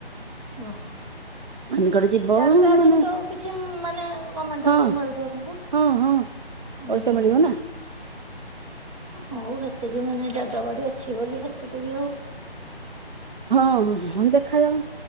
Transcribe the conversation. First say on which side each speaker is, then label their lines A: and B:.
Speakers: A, on the right (about 35°); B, on the right (about 50°).
A: ଓହୋ
B: ଆନିକଟ ଯିବ
A: ତାହେଲେ ତା
B: ମାନେ
A: ଯୋଗୁ ତ କିଛି ମାନେ ଗମେଣ୍ଟ
B: ହଁ
A: ତାକୁ
B: ହଁ ହଁ
A: <unintelligible>
B: ପଇସା
A: ହୁଁ।
B: ମିଳିବ ନା
A: ଏ ହଉ ହେତିକି ମାନେ ଜାଗା ବାଡି ଅଛି ବୋଲି ହେତିକି ବି ହଉ।
B: ହଁ ହଁ ହଁ ହଁ ଦେଖାଯାଉ